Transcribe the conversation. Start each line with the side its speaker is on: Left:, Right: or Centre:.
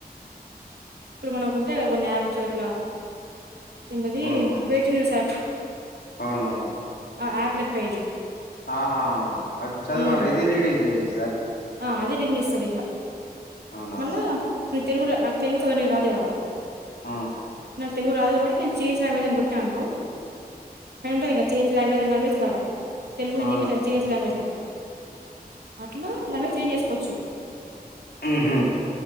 Right: ఇప్పుడు మన ఉంటే కదా కొన్ని యాప్స్ ఇట్లా ఎంటది
Left: ఆహా
Right: వేటూన్యూస్ ఆప్
Left: అవును
Right: ఆ ఆప్లక్క ఇది
Left: ఆహా అది చదవాలి
Right: ఉమ్
Left: ఇది రీడింగ్ చేసే
Right: ఆ అదే రేంజ్ చేస్తది ఇట్లా
Left: అవునా
Right: మళ్ళా తెలుగు రా నాకు తెలుగు చదా నను రాదు కదా
Left: ఆ
Right: నాక్ తెలుగు రాదు కాబట్టి చేంజ్ లాంగ్వేజ్ మీద కొటిన్నా అనుకో అది ఉంటది గా చే లాంగ్వేజ్ అని కనిపిస్తది అడా తెలుగు హింది
Left: అవును
Right: ఇంగ్లిష్ చేంజ్ లాంగ్వజ్ అని అట్లా <unintelligible> చేంజ్ చేసుకోవచ్చు
Left: మ్ హు